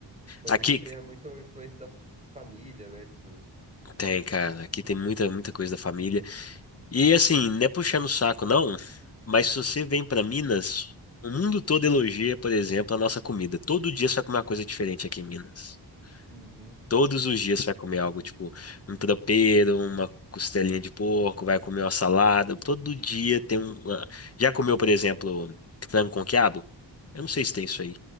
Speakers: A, on the right (about 15°); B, on the left (about 35°).
A: imagino
B: Aqui
A: que tenha muita influência da família, né? Tipo,
B: tem, cara. Aqui tem muita, muita coisa da família. E assim, não é puxando o saco, não, mas se você vem pra Minas, o mundo todo elogia, por exemplo, a nossa comida. Todo dia você vai comer uma coisa diferente aqui em Minas.
A: Uhum.
B: Todos os dias você vai comer algo, tipo, um tropeiro, uma costelinha de porco, vai comer uma salada. Todo dia tem um. uma-
A: Uhum.
B: Já comeu, por exemplo, frango com quiabo? Eu não sei se tem isso aí.